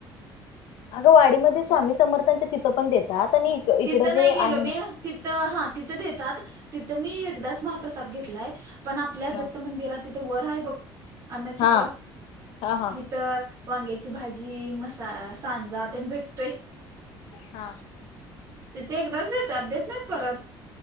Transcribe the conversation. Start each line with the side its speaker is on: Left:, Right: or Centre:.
Left: अगं वाडीमध्ये स्वामी समर्थांच्या तिथं पण देतात आणि इकडं
Right: तिथं
Left: जे
Right: नाही गेलो
Left: आहे
Right: मी
Left: ना
Right: तिथं हा तिथं देतात तिथं मी एकदाच महाप्रसाद घेतलाय. पण आपल्या
Left: हा
Right: दत्त मंदिरात तिथे वर आहे बघ अन्नछत्र
Left: हा हा हा
Right: जिथं वांग्याची भाजी मसा सांजा तेन भेटतोय.
Left: हा
Right: तिथं एकदाच देतात देत नाहीत परत.